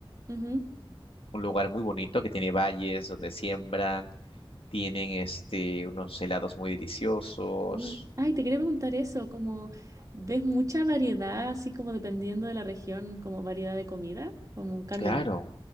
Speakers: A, on the right (about 35°); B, on the left (about 75°).
A: Ujú.
B: un lugar muy bonito que tiene valles donde siembran, tienen este, unos helados muy deliciosos.
A: Uh, Ay, te quería preguntar eso, como ves mucha variedad, así como dependiendo de la región, como variedad de comida, como cambiamos.
B: Claro,